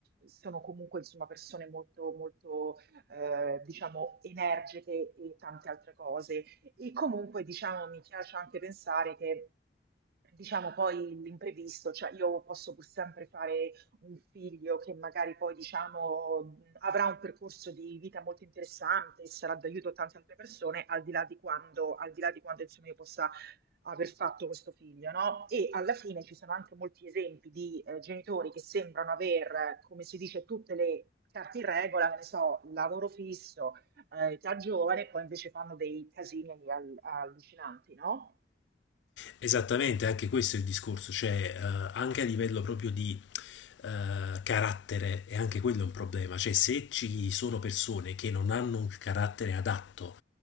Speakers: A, on the right; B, on the left.
A: sono comunque insomma persone molto, molto eh, diciamo energiche e tante altre cose. E comunque, diciamo, mi piace anche pensare che, diciamo, poi l'imprevisto, cioè io posso pur sempre fare un figlio che magari poi, diciamo, mh, avrà un percorso di vita molto interessante e sarà d'aiuto a tante altre persone, al di là di quando, al di là di quando, insomma, io possa aver fatto questo figlio, no? E alla fine ci sono anche molti esempi di eh, genitori che sembrano aver, eh, come si dice, tutte le carte in regola, che ne so, lavoro fisso, eh, già giovane, poi invece fanno dei casini al- allucinanti, no?
B: Esattamente, anche questo è il discorso, cioè eh, anche a livello proprio di eh, carattere, e anche quello è un problema, cioè se ci sono persone che non hanno un carattere adatto